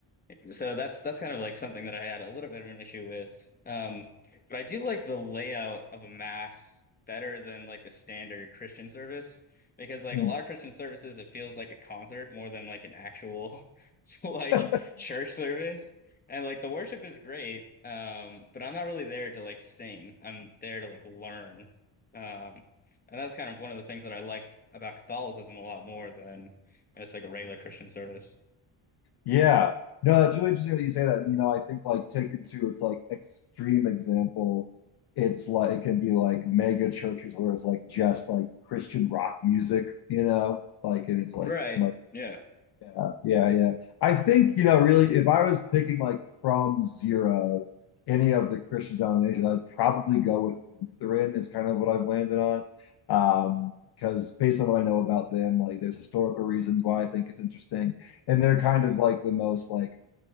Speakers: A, on the left; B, on the left.
A: So that's that's kind of like something that I had a little bit of an issue with. Um, but I do like the layout of a mass better than like the standard Christian service because like
B: Mm.
A: a lot of Christian services it feels like a concert more than like an actual <laughs> like
B: <laughs>
A: church service. And like the worship is great, um, but I'm not really there to like sing. I'm there to like learn. Um, and that's kind of one of the things that I like about Catholicism a lot more than it's like a regular Christian service.
B: yeah. No, that's really interesting that you say that. You know, I think like taken to its like extreme example, it's like it can be like mega churches where it's like just like Christian rock music, you know, like and it's like
A: Right.
B: most.
A: Yeah.
B: Yeah, yeah, yeah. I think, you know, really, if I was picking like from zero any of the Christian denominations, I'd probably go with Lutheran is kind of what I've landed on. Um, because based on what I know about them, like there's historical reasons why I think it's interesting. And they're kind of like the most like